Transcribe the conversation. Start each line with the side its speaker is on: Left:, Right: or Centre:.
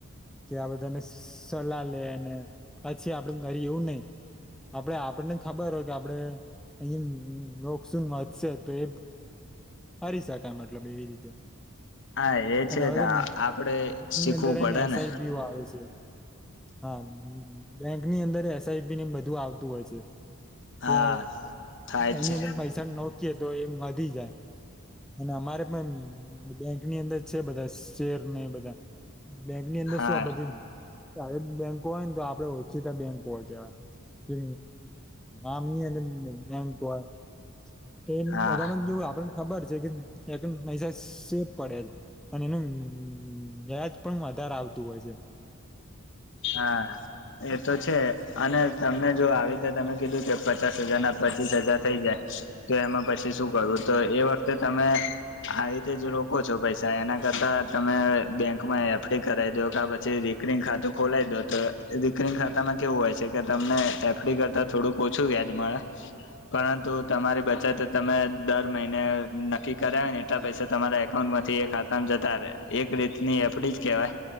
Centre: કે આ બધાને સલાહ લેને પછી આપડે કરીએ એવું નય આપડે આપડને ખબર હોય કે આપડે અંયા હમ મોનસુન વધશે તો એ કરી શકાય મતલબ એવી રીતે
Left: હા એ છે
Centre: અને હવે
Left: કે
Centre: તો
Left: આપડે શીખવું
Centre: ની અંદર
Left: પડે
Centre: એને એસઆઈપી
Left: ને
Centre: એવૂ આવે છે. હા બેંકની અંદર એસઆઈપીને બધું આવતું હોય છે. કે
Left: હા થાય છે
Centre: એની અંદર પૈસા નોકીએ તો એમ વધી જાય અને અમારે પણ બેંકની અંદર છે બધાજ શેરને એ બધા બેંકની અંદર
Left: હા
Centre: શું આ બધી સાઈટ બેન્કો હોય ને તો આપડે ઓછીતા બેન્કો હોય કહેવાય કે આમની અંદર બેન્ક હોય તેમ
Left: હા
Centre: બધામાં કેવું આપડે ખબર છે કે સેકન્ડ પૈસા સેબ પડે છે અને એનું વ્યાજ પણ વધારે આવતું હોય છે.
Left: હા એ તો છે અને તમને જો આવી રીતે તમે કીધું કે પચાસ હજાર ના પચીસ હજાર થઈ જાય તો એમાં પછી શું કરવું તો એ વખતે તમે આવી રીતે જ રોકો છો પૈસા એના કરતા તમે બેંકમાં એફડી કરાવી દો કા પછી રીકરીંગ ખાતુ ખોલાવી દો તો રીકરીંગ ખાતામાં કેવું હોય છે કે તમને એફડી કરતા થોડુંક ઓછું વ્યાજ મળે પરંતુ તમારી બચત તમે દર મહિને નક્કી કરાવે ને એટલા પૈસા તમારા એકાઉન્ટમાં માથી એ ખાતામાં જતા રે એક રીતની એફડી જ કેહેવાય